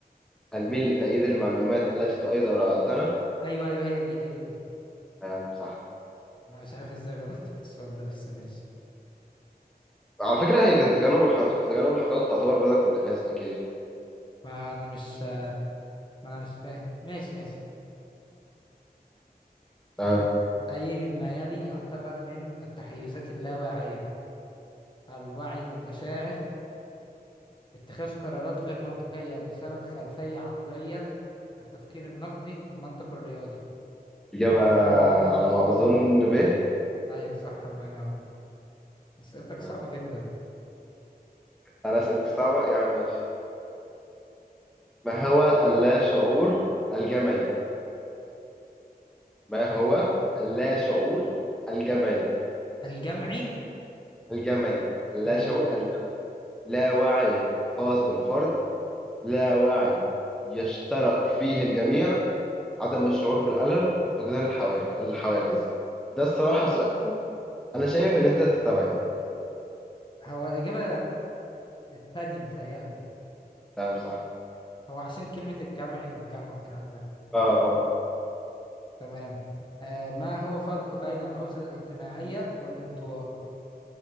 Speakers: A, in the centre; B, on the left (about 30°).
A: الميل لتأييد المعلومات التي تؤيد آراءتنا
B: ايوه ايوه هي دي هي دي
A: نعم صح
B: انا مش عارف ازاي غلطت في السؤال ده بس ماشي
A: على فكرة هي تجنب الحقائق تجنب الحقائق تعتبر بدك من حيث تكيل
B: ما انا مش ما انا مش فاهم ماشي ماشي
A: نعم
B: آه، اي مما يلي يعتبر من التحيزات اللاواعيه الوعي بالمشاعر اتخاذ قرارات غير منطقيه بسبب خلفيه عقليه التفكير النقدي المنطق الرياضي
A: إجابة على ما أظن به
B: ايوه صح الله ينور اسئلتك صعبه
A: نعم.
B: جدا
A: أنا أسئلتي صعبة يا عم ماشي ما هو اللا شعور الجمعي ما هو
B: <laughs>
A: اللا شعور الجمعي
B: الجمعي
A: الجمعي لا
B: ايوه
A: شعور الجمعي. لا وعي خاص بالفرد لا وعي يشترك فيه الجميع عدم الشعور بالألم فقدان الحواف- الحوافز ده الصراحة سؤال أنا شايف إن أنت تستبعد
B: هو الإجابة الثانية متهيألي
A: تمام صح
B: هو عشان كلمة الجمعي والجمع والكلام ده
A: اه اه
B: تمام آه ما هو فرق بين العزلة الاجتماعية والانطواء